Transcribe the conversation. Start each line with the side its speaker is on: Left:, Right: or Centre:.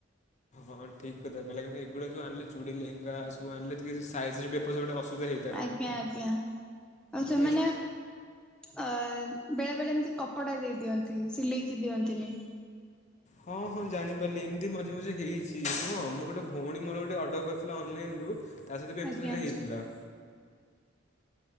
Left: ହଁ ଠିକ୍ କଥା କହିଲ, ଏଗୁଡା ଯଉ ଆଣିଲେ ଚୁଡ଼ି ଲେହଙ୍ଗା ସବୁ ଆଣିଲେ, ଠିକ୍ ସାଇଜ୍ ରେ ବି ଏପଟ ସେପଟ ଅସୁବିଧା ହେଇଥିବ?
Centre: ଆଜ୍ଞା ଆଜ୍ଞା। ଆଉ ସେମାନେ?
Left: ୱେଷ୍ଟ
Centre: ଅ ବେଳେ ବେଳେ, ଏମିତି କପଡା ଦେଇ ଦିଅନ୍ତି ସିଲେଇକି ଦିଅନ୍ତିନି।
Left: ହଁ ହଁ ଜାଣିପାରିଲି, ଏମିତି ମଝିରେ ମଝିରେ, ହେଇଛି ନୁହଁ, ମୋର ଗୋଟେ ଭଉଣୀ ମୋର ଗୋଟେ ଅର୍ଡ଼ର କରିଥିଲା ଅନଲାଇନ୍ ରୁ ତା ସହିତ ବି ଏମିତି
Centre: ଆଜ୍ଞା
Left: ଥରେ ହେଇଥିଲା।